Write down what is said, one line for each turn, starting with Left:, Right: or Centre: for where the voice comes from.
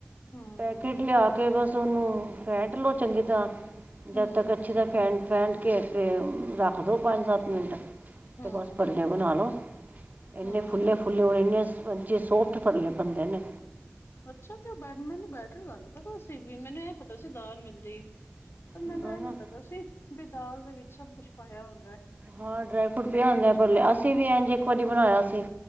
Left: ਹਮ
Right: ਪੈਕੇਟ ਲਿਆ ਕੇ ਬਸ ਓਨੂੰ ਫੈਂਟ ਲਓ ਚੰਗੀ ਤਰ੍ਹਾਂ
Left: ਹਮ
Right: ਜਦ ਤੱਕ ਅੱਛੀ ਤ ਫੈਂਟ-ਫੈਂਟ ਕੇ ਤੇ ਰੱਖ ਦੋ ਪੰਜ-ਸੱਤ ਮਿੰਟ
Left: ਹਮ
Right: ਤੇ ਬਸ ਭੱਲੇ ਬਣਾ ਲਓ। ਏਨੇ
Left: ਹਮ
Right: ਫੁੱਲੇ-ਫੁੱਲੇ
Left: ਹਮ
Right: ਹੋਏ, ਇੰਨੇ ਸਪੰਚੀ ਸੋਫਟ ਭੱਲੇ ਬਣਦੇ ਨੇ।
Left: ਅੱਛਾ। ਤੇ ਓ ਬੈ ਮੈਨੂੰ ਬੈਟਰ ਦਾ ਨੀ ਪਤਾ ਸੀ ਵੀ ਮੈਨੂੰ ਐ ਪਤਾ ਸੀ ਦਾਲ ਮਿਲਦੀ ਏ। ਪਰ ਮੈਨੂੰ
Right: ਹੈ
Left: ਐ
Right: ਨਾ
Left: ਨੀ ਪਤਾ ਸੀ ਵੀ ਦਾਲ ਦੇ ਵਿੱਚ ਸਭ ਕੁਛ ਪਾਇਆ ਹੁੰਦਾ ਐ।
Right: ਹਾਂ ਡਰਾਈ ਫਰੂਟ ਪੇਆ ਹੁੰਦਾ ਐ। ਪਲੇ ਅਸੀ
Left: ਹੈ
Right: ਵੀ ਏਂਝ ਏਕ ਵਾਰੀ ਬਣਾਇਆ ਸੀ।